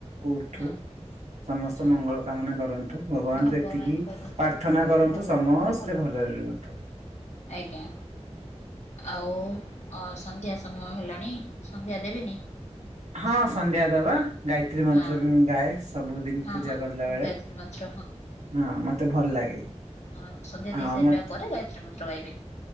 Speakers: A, on the right; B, on the left.
A: କୁ ଉଠୁ।
B: ହଁ
A: ସମସ୍ତେ
B: ହଁ
A: ମଙ୍ଗଳ କାମନା କରନ୍ତୁ ଭଗବାନଙ୍କୁ
B: ଭଗବାନ
A: ଏତିକି ପାର।
B: କରନ୍ତୁ
A: ପ୍ରାର୍ଥନା
B: ସମସ୍ତେ
A: କରନ୍ତୁ।
B: ଭଲରେ
A: ସମସ୍ତେ
B: ରହିଲେ ଭଲ
A: ଭଲରେ ରୁହନ୍ତୁ।
B: ଆଜ୍ଞା। ଆଉ ଅ ସନ୍ଧ୍ୟା ସମୟ ହେଲାଣି। ସନ୍ଧ୍ୟା ଦେବେନି?
A: ହଁ ସନ୍ଧ୍ୟା ଦେବା। ଗାୟତ୍ରୀ ମନ୍ତ୍ର
B: ହଁ
A: ବି ମୁଁ ଗାଏ ସବୁଦିନ
B: ହଁ
A: ପୂଜା
B: ହଁ
A: କଲା ବେଳେ।
B: ଗାୟତ୍ରୀ ମନ୍ତ୍ର
A: ହଁ ମତେ ଭଲ ଲାଗେ।
B: ହଁ ସନ୍ଧ୍ୟା
A: ହଁ
B: ଦେଇ ସାରିବା
A: ମ
B: ପରେ ଗାୟତ୍ରୀ ମନ୍ତ୍ର ଗାଇବେ।